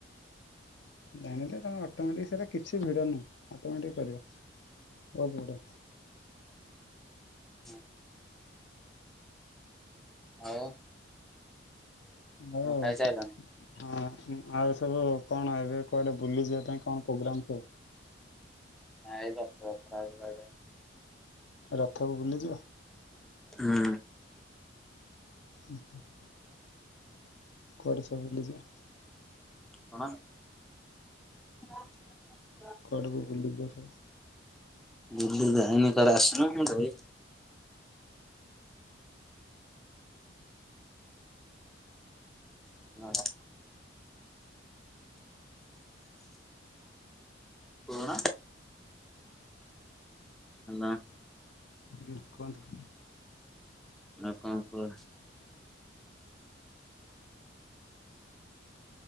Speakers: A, on the left; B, in the centre.
A: ଜାଣିଲେ ତମେ ଅଟୋମେଟିକ ସେରା କିଛି ଭିଡ ନୁହଁ ଅଟୋମେଟିକ କରିବ ବହୁତ ଗୁଡେ।
B: ହୁଁ ଆଉ
A: ମୁ
B: ତମେ
A: ହଁ
B: ଖାଇସାଇଲଣି?
A: ଆଉ ସବୁ କଣ ଏବେ କୁଆଡେ ବୁଲିଯିବା ପାଇଁ କଣ ପୋଗ୍ରାମ ସବୁ
B: ନାଇଁ ରଥଯାତ୍ରା ରଇଲୀ।
A: ରଥକୁ ବୁଲିଯିବ।
B: ହୁଁ
A: ଉଁ ହୁଁ କୁଆଡ଼େ ସବୁ ବୁଲିଯିବା?
B: କଣ <unintelligible>
A: କୁଆଡକୁ ବୁଲିଯିବ ସବୁ?
B: ବୁଲି ଯାଇନି କୁଆଡ଼େ ଆସୁନୁ ମୂ ଦେବୀ ନାଁପା। ପୁରୁଣା ହ୍ୟାଲୋ
A: ହୁଁ କୁହନ୍ତୁ।
B: ଆଉ କଣ କୁହ?